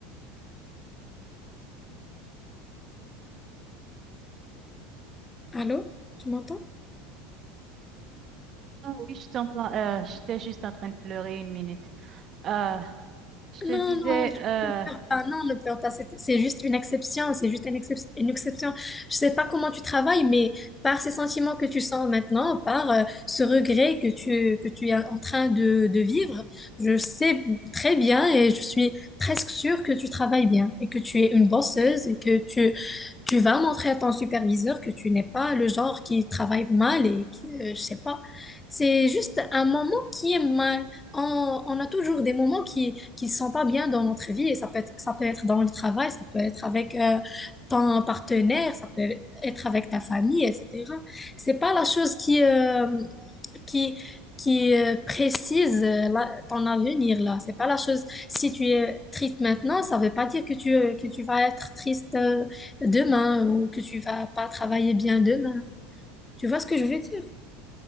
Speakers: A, on the left; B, on the right.
A: Allô? Tu m'entends?
B: Ah oui, je t'entends. euh, j'étais juste en train de pleurer une minute. Euh, je te
A: Non,
B: disais...
A: non,
B: euh,
A: Ah non, ne pleure pas, c'est c'est juste une exception, c'est juste une, excep- une exception. Je sais pas comment tu travailles, mais par ces sentiments que tu sens maintenant, par euh, ce regret que tu, que tu es en train de, de vivre, je sais très bien et je suis presque sûre que tu travailles bien et que tu es une bosseuse et que tu, tu vas montrer à ton superviseur que tu n'es pas le genre qui travaille mal et qui, euh, je sais pas. C'est juste un moment qui est mal. On, on a toujours des moments qui qui sont pas bien dans notre vie et ça peut être ça peut être dans le travail, ça peut être avec euh, ton partenaire, ça peut être avec ta famille, etc. C'est pas la chose qui euh, qui, qui euh, précise euh, la- ton avenir là. C'est pas la chose. Si tu es triste maintenant, ça veut pas dire que tu, euh, que tu vas être triste euh, demain ou que tu vas pas travailler bien demain. Tu vois ce que je veux dire?